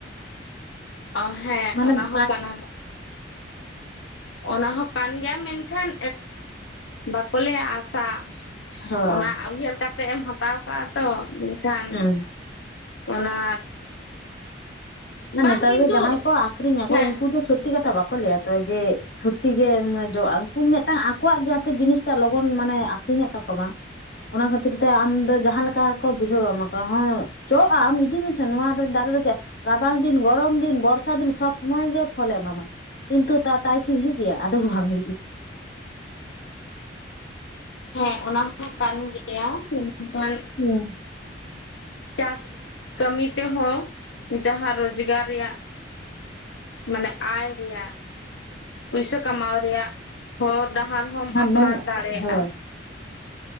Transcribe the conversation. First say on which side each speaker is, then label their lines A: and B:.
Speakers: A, on the left; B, on the left.
A: ᱦᱮᱸ
B: ᱢᱟᱱᱮ
A: ᱚᱱᱟ ᱦᱚᱸ ᱠᱟᱱᱟ ᱚᱱᱟ ᱦᱚᱸ ᱠᱟᱱ ᱜᱮᱭᱟᱢ ᱢᱮᱱᱠᱷᱟᱱ ᱵᱟᱠᱚ ᱞᱟᱹᱭᱟ ᱟᱥᱟ
B: ᱦᱳᱭ
A: ᱚᱱᱟ ᱩᱭᱦᱟᱹᱨ ᱠᱟᱛᱮᱜ ᱮᱢ ᱦᱟᱛᱟᱣ ᱠᱟᱜᱼᱟ ᱛᱚ ᱮᱱᱠᱷᱟᱱ
B: ᱦᱩᱸ
A: ᱚᱱᱟ ᱵᱟᱝ
B: ᱟᱨ ᱱᱮᱛᱟᱨ
A: ᱠᱤᱱᱛᱩ
B: ᱫᱚ ᱡᱟᱦᱟᱸᱭ ᱠᱚ ᱟᱠᱷᱨᱤᱧ ᱧᱟᱠᱚ
A: ᱦᱮᱸ
B: ᱩᱱᱠᱩ ᱫᱚ ᱥᱚᱛᱷᱤ ᱠᱟᱛᱷᱟ ᱵᱟᱠᱚ ᱞᱟᱹᱭᱟ ᱛᱚ ᱡᱮ ᱥᱚᱛᱤ ᱜᱮᱟᱱᱮ ᱡᱚᱜ ᱩᱱᱠᱩ ᱢᱤᱫᱴᱟᱝ ᱟᱠᱚᱣᱟᱜ ᱡᱛᱮ ᱡᱤᱱᱤᱥᱴᱟᱜ ᱞᱚᱜᱚᱱ ᱢᱟᱱᱮ ᱟᱠᱷᱨᱤᱧᱚᱜ ᱛᱟᱠᱚ ᱢᱟᱟ ᱚᱱᱟ ᱠᱷᱟᱹᱛᱤᱨ ᱛᱮ ᱟᱢ ᱫᱚ ᱡᱟᱦᱟᱸ ᱞᱮᱠᱟ ᱠᱚ ᱵᱩᱡᱷᱟᱹᱣ ᱟᱢᱟ ᱠᱚᱣᱟ ᱦᱚ ᱪᱚᱜᱼᱟ ᱟᱢ ᱤᱫᱤ ᱢᱮᱥᱮ ᱱᱚᱶᱟ ᱨᱮ ᱫᱟᱨᱮ ᱨᱟᱵᱟᱝ ᱫᱤᱱ ᱜᱚᱨᱚᱢ ᱫᱤᱱ ᱵᱚᱨᱥᱟ ᱫᱤᱱ ᱥᱚᱵ ᱥᱚᱢᱚᱭ ᱜᱮ ᱯᱷᱚᱞ ᱮ ᱮᱢᱟᱢᱟᱭ ᱠᱤᱱᱛᱩ ᱛᱟᱛᱟᱭ ᱠᱤ ᱦᱩᱭᱩᱜ ᱜᱮᱭᱟ ᱟᱫᱚ ᱵᱟᱝ ᱦᱩᱭᱩᱜ ᱜᱮᱭᱟ
A: ᱦᱮᱸ ᱚᱱᱟ ᱦᱚᱸ ᱠᱟᱱ ᱜᱮᱭᱟ ᱢᱮᱱᱠᱷᱟᱱ
B: ᱜᱮᱭᱟ
A: ᱪᱟᱥ ᱠᱟᱹᱢᱤ ᱛᱮᱦᱚᱸ ᱡᱟᱦᱟᱸ ᱨᱳᱡᱽᱜᱟᱨ ᱨᱮᱭᱟᱜ ᱢᱟᱱᱮ ᱟᱭ ᱨᱮᱭᱟᱜ ᱯᱩᱭᱥᱟᱹ ᱠᱟᱢᱟᱣ ᱨᱮᱭᱟᱜ ᱦᱚᱨ ᱰᱟᱦᱟᱨ ᱦᱚᱢ
B: ᱦᱮᱸ
A: ᱟᱯᱱᱟᱨ ᱫᱟᱲᱮᱭᱟᱜᱼᱟ
B: ᱦᱳᱭ